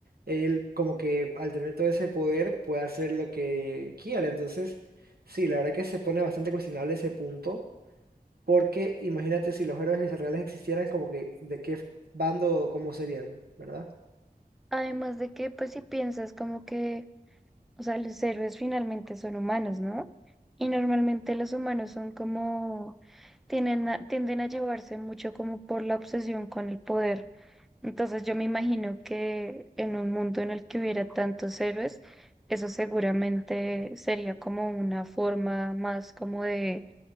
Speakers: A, on the right (about 75°); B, in the centre.
A: él como que al tener todo ese poder puede hacer lo que quiera. Entonces, sí, la verdad que se pone bastante cuestionable ese punto, porque imagínate si los héroes israelíes existieran, como que de qué bando, cómo serían, ¿verdad?
B: Además de que, pues si piensas como que O sea, los héroes finalmente son humanos, ¿no? Y normalmente los humanos son como, tienden a, tienden a llevarse mucho como por la obsesión con el poder. Entonces yo me imagino que en un mundo en el que hubiera tantos héroes, eso seguramente sería como una forma más como de